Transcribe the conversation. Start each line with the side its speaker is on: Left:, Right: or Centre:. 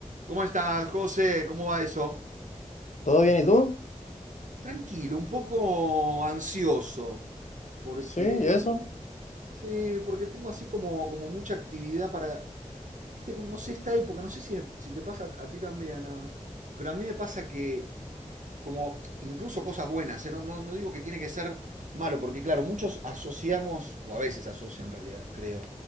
Right: ¿Cómo estás, José? ¿Cómo va eso?
Left: ¿Todo bien? ¿Y tú?
Right: Tranquilo, un poco ansioso, porque
Left: Sí, ¿y eso?
Right: mm, sí, porque tengo así como, como mucha actividad para, viste, como, no sé, esta época, no sé si, me- si te pasa a, a ti también, ah, pero a mí me pasa que, como, incluso cosas buenas, ¿eh? No, no, no digo que tiene que ser malo, porque claro, muchos asociamos, o a veces asocian en realidad, creo,